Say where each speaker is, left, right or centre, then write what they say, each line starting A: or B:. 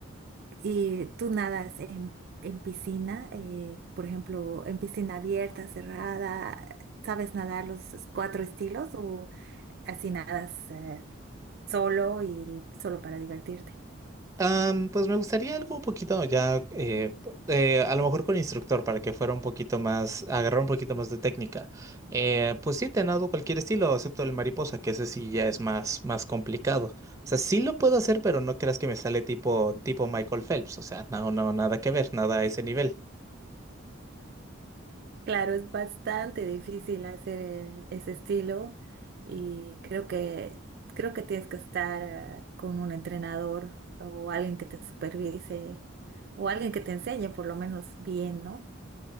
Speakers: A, on the right; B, on the right.
A: ¿Y tú nadas en, en piscina? eh, por ejemplo, en piscina abierta, cerrada. ¿Sabes nadar los cuatro estilos o así nadas eh, solo y solo para divertirte?
B: Am, pues me gustaría algo un poquito ya, eh, p- eh, a lo mejor con instructor para que fuera un poquito más, agarrar un poquito más de técnica. Eh, pues sí, te nado cualquier estilo, excepto el mariposa, que ese sí ya es más, más complicado. O sea, sí lo puedo hacer, pero no creas que me sale tipo, tipo Michael Phelps. O sea, no, no, nada que ver, nada a ese nivel.
A: Claro, es bastante difícil hacer eh, ese estilo y creo que creo que tienes que estar eh, con un entrenador o alguien que te supervise o alguien que te enseñe por lo menos bien, ¿no?